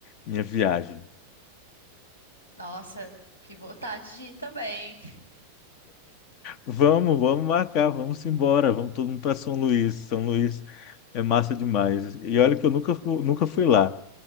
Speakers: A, on the left; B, on the left.
A: minha viagem.
B: Nossa, que vontade de ir também.
A: Vamos, vamos marcar, vamos embora, vamos todo mundo para São Luís. São Luís é massa demais. E olha que eu nunca, fu- nunca fui lá.